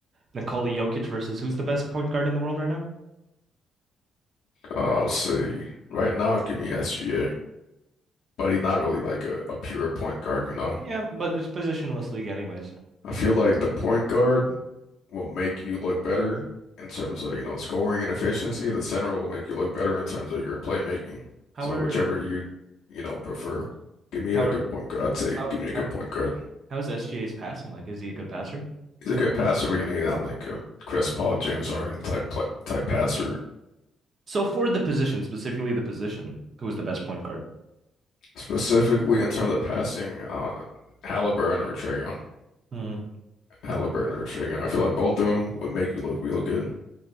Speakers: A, on the right; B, on the left.
A: Nikola Jokic versus who's the best point guard in the world right now?
B: Uh, I'll say right now, give me SGA, but he's not really like a, a pure point guard, you know?
A: Yeah, but it's positionless league anyways.
B: I feel like the point guard will make you look better in terms of, you know, scoring and efficiency. The center will make you look better in terms of your playmaking.
A: How
B: So like
A: are
B: whichever you, you know, prefer. Give me
A: how
B: a good
A: are
B: point guard. I'd say
A: how
B: give me a
A: how
B: good point guard.
A: how is SGA's passing like? Is he a good passer?
B: He's a good passer, but you know, he's not like a Chris Paul, James Harden type pla- type passer.
A: So for the position, specifically the position, who is the best point guard?
B: Specifically in terms of passing, uh, Halliburton or Trae Young.
A: Hmm.
B: Halliburton or Trae Young. I feel like both of them would make you look real good.